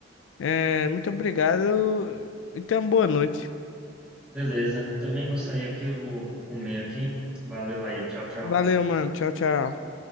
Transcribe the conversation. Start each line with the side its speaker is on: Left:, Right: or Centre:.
Left: É, muito obrigado e tenha uma boa noite.
Centre: Beleza. Também vou sair aqui, eu vou comer aqui. Valeu aí. Tchau, tchau.
Left: Valeu, mano. Tchau, tchau.